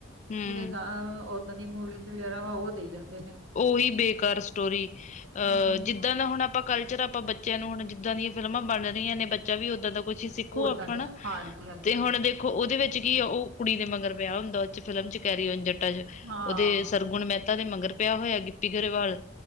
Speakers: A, on the left; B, on the right.
A: ਹੂੰ
B: ਜਿਹੜੇ ਗਾਂ ਓਦਾਂ ਦੀ ਮੂਵੀਜ਼ ਵਗੈਰਾ ਉਹ ਦੇਈ ਜਾਂਦੇ ਨੇ
A: ਉਹੀ ਬੇਕਾਰ ਸਟੋਰੀ, ਅਹ
B: ਹੂੰ।
A: ਜਿੱਦਾਂ ਦਾ ਹੁਣ ਅਪ ਆਪਾਂ ਕਲਚਰ ਆਪਾਂ ਬੱਚਿਆਂ ਨੂੰ ਹੁਣ ਜਿੱਦਾਂ ਦੀਆਂ ਫਿਲਮਾਂ ਬਣ ਰਹੀਆਂ ਨੇ, ਬੱਚਾ ਵੀ ਉਦਾਂ ਦਾ ਕੁਛ ਸਿੱਖੋ
B: ਉਹ ਓਦਾਂ
A: ਆਪਣਾ,
B: ਦੇ ਹਾਂਜੀ-ਹਾਂਜੀ
A: ਤੇ ਹੁਣ ਦੇ ਦੇਖੋ ਉਹਦੇ ਵਿੱਚ ਕੀ, ਉਹ ਕੁੜੀ ਦੇ ਮਗਰ ਪਿਆ ਹੁੰਦਾ ਉਹ 'ਚ ਫਿਲਮ 'ਚ ਕੈਰੀ ਓਨ ਜਟਾ ਜਟਾਂ 'ਚ,
B: ਹਾਂ
A: ਉਹਦੇ ਸਰਗੁਣ ਮਹਿਤਾ ਦੇ ਮਗਰ ਪਿਆ ਹੋਇਆ ਗਿੱਪੀ ਗਰੇਵਾਲ